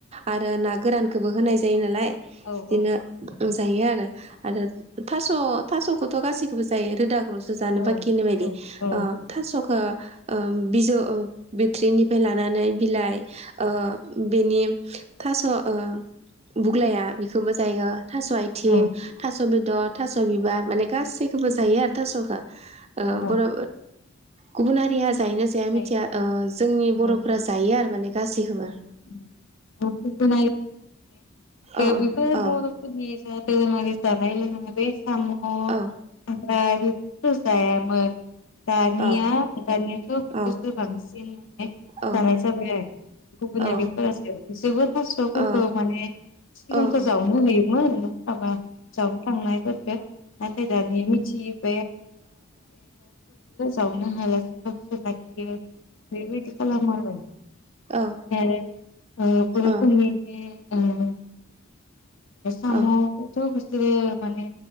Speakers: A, on the right; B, on the left.
A: आरो ना गोरानखौबो होनाय जायो नालाय।
B: औ
A: बिदिनो
B: औ
A: जायो आरो। आरो थास' थास'खौथ' गासैखौबो जायो। रोदा ल'सो जानो
B: औ
A: बाखि होननाय बायदि
B: औ
A: ओ थास'खो ओ बिजौ ओ बिथट्रिनिफ्राय लानानै बिलाइ ओ‌ बेनि थास' ओ बुग्लाया बिखौबो जायो थास' आइथिं
B: औ
A: थास' थास' बेदर थास' बिबार माने गासैखौबो जायो आ थास'ख। ओ‌
B: औ
A: बर' गुबुनहारिया जायोना जाया
B: जायो
A: मिथिया ओ जोंनि
B: औ
A: बर'फोरा जायो आरो माने गासिखौबो।
B: <inaudible> गोदो
A: औ
B: बेफोर
A: औ
B: बर'फोरनि जा दोरोङारि जानाय लोंनाय बे साम'
A: औ
B: <unintelligible> बेफोरखौ जायामोन दानिया
A: औ
B: दानियाथ' बिसोरसो
A: औ
B: बांसिन माने
A: औ
B: जानाय जाबाय आरो। गुबुना
A: औ
B: बेफोरासो बिसोरबो थास'फोरखौ
A: औ
B: माने सिगांथ'
A: औ औ
B: जावनो
A: औ
B: होयोमोन न'आव थाबा जावनो थांनायफोरखौ नाथाय दानि मिथि <inaudible> जावनो हाला <inaudible> बेबायदि खालामो आरो।
A: औ
B: ओमफ्राय आरो ओ बर'फोरनि
A: औ
B: जे उम बे साम'खौथ'
A: औ
B: बि सोरो माने